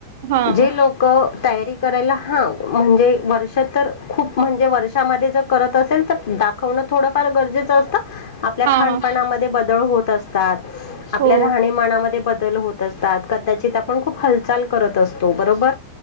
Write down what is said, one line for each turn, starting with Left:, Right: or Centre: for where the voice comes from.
Right: हां,
Left: जे लोक तयारी करायला हा, म्हणजे वर्ष तर खूप म्हणजे वर्षामध्ये जर करत असेल तर दाखवणं थोडंफार गरजेचं असतं. आपल्या
Right: हां.
Left: खपणामध्ये बदल होत असतात, आपल्या
Right: हो.
Left: राहणीमानामध्ये बद होत असतात कदाचित आपण खूप हालचाल करत असतो बरोबर,